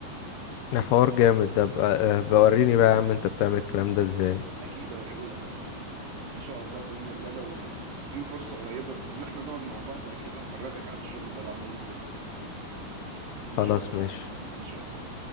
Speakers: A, on the left; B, on the right.
A: ده حوار جامد ده بقى... آه، بوريني بقى يا عم انت بتعمل الكلام ده ازاي
B: اكيد اوريهولك طبعا ان شاء الله باذن الله لو في فرصة قريبة ان احنا نقعد مع بعض اكيد هفرجك على الشغل ده بعمله ازاي
A: خلاص
B: ان شاء الله
A: ماشي
B: ان شاء الله